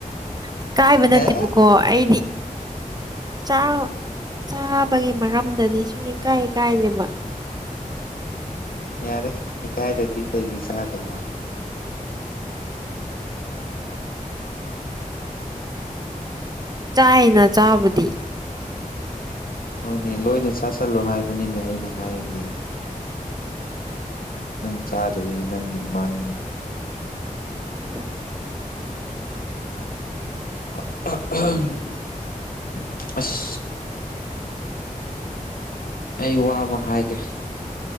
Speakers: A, on the right (about 25°); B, on the left (about 80°).
A: ꯏꯀꯥꯏꯕ ꯅꯠꯇꯦꯕꯨ
B: ꯑꯦ
A: ꯀꯣ ꯑꯩꯗꯤ ꯆꯥꯎ ꯆꯥꯕꯒꯤ ꯃꯔꯝꯗꯗꯤ ꯁꯨꯡ ꯏ ꯀꯥꯏ ꯏꯀꯥꯏꯗꯦꯕ
B: ꯌꯥꯔꯦ ꯏꯀꯥꯏꯗꯗꯤ ꯀꯩꯒꯤ ꯆꯥꯗꯕ
A: ꯆꯥꯏꯅ ꯆꯥꯕꯨꯗꯤ
B: ꯍꯣꯏꯅꯦ ꯂꯣꯏꯅ ꯆꯥꯥꯁꯜꯂꯣ ꯍꯥꯏꯕꯅꯤꯅꯦ ꯑꯩꯅ ꯍꯥꯏꯗꯤ ꯅꯪ ꯆꯥꯗꯕꯒꯤꯅꯤ ꯅꯪꯒꯤ ꯃꯥꯡꯖꯕ
A: ꯎꯝ
B: <unintelligible> ꯑꯁ ꯑꯩ ꯋꯥ ꯑꯃ ꯍꯥꯏꯒꯦ